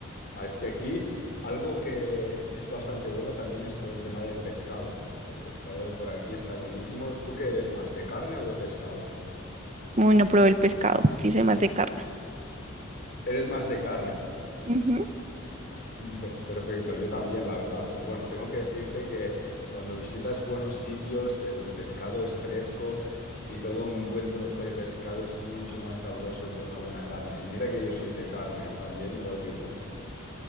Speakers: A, on the left; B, on the right.
A: Ah, Es que aquí algo que es bastante bueno también es todo el tema del pescado. El pescado de por aquí está buenísimo. ¿Tú qué eres más, de carne o de pescado?
B: Muy no probé el pescado, sí sé más de carne.
A: Eres más de carne.
B: Ujú.
A: Mm, pe- Perfecto, yo también, la verdad, pero bueno, tengo que decirte que cuando visitas buenos sitios, el pescado es fresco y todo un buen trozo de pescado es mucho más sabroso que una buena carne. Y mira que yo soy de carne, ¿eh? También, igual que tú.